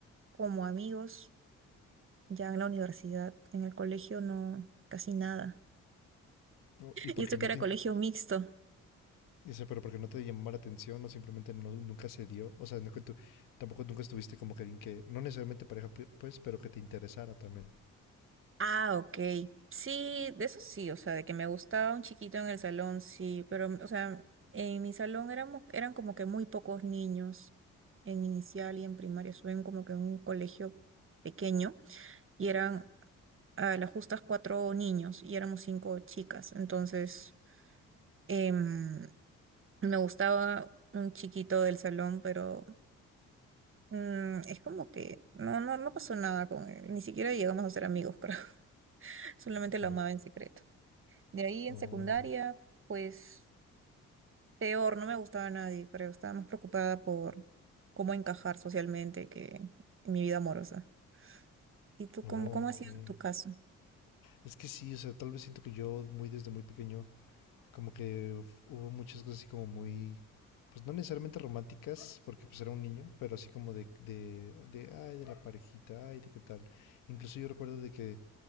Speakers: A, on the right; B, on the left.
A: como amigos, ya en la universidad, en el colegio no, casi nada.
B: O-
A: <laughs>
B: Y porque
A: Y esto
B: no
A: que era
B: te,
A: colegio
B: in-
A: mixto.
B: o sea, pero porque no te llamó la atención o simplemente no, nunca se dio, o sea, nunca tú, tampoco nunca estuviste como que alguien que, no necesariamente pareja, pi- pues, pero que te interesara también.
A: Ah, ok. Sí, de eso sí, o sea, de que me gustaba un chiquito en el salón, sí, pero, o sea, en mi salón éramos, eran como que muy pocos niños en inicial y en primaria, Suben como que en un colegio pequeño y eran a las justas cuatro niños y éramos cinco chicas, entonces em, me gustaba un chiquito del salón, pero mm, es como que no, no, no pasó nada con él, ni siquiera llegamos a ser amigos, creo, <laughs> solamente
B: Ok,
A: lo amaba en secreto. De ahí en
B: oh,
A: secundaria, pues peor, no me gustaba a nadie, creo. Estaba más preocupada por cómo encajar socialmente que en mi vida amorosa. ¿Y tú
B: oh,
A: cómo, cómo
B: ok.
A: ha sido tu caso?
B: Es que sí, o sea, tal vez siento que yo muy desde muy pequeño como que hubo muchas cosas así como muy, pues no necesariamente románticas, porque pues era un niño, pero así como de, de, de, ay, de la parejita, ay, de qué tal. Incluso yo recuerdo de que